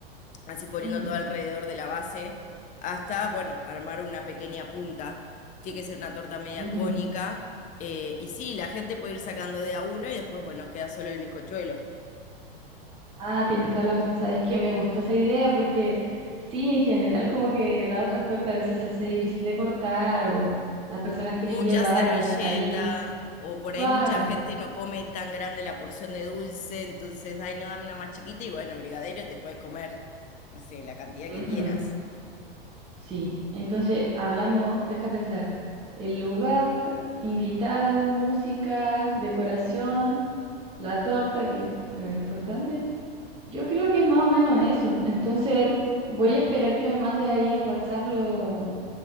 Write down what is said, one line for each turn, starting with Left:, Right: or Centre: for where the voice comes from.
Left: así poniendo
Right: ujú,
Left: todo alrededor de la base, hasta, bueno, armar una pequeña punta. Tiene que ser una torta media
Right: ujú.
Left: cónica. eh, y sí, la gente puede ir sacando de a uno y después, bueno, queda solo el bizcochuelo.
Right: Ah, tienes toda la razón. Sabes que me gustó esa idea porque sí, en general como que las otras tortas a veces se hace difícil de cortar o las personas quieren
Left: mucha
Right: llevar
Left: servilleta,
Right: as- ahí.
Left: o por
Right: Claro,
Left: ahí mucha gente no come tan grande la porción de dulce, entonces, ay, no, dame una más chiquita, y bueno, brigadero, te puedes comer, no sé, la cantidad
Right: ujú,
Left: que quieras.
Right: Sí. Entonces hablamos, deja pensar, el lugar, invitados, música, decoración, la torta, que bueno, era importante, Yo creo que es más o menos eso. Entonces, voy a esperar que me mande ahí al WhatsApp lo-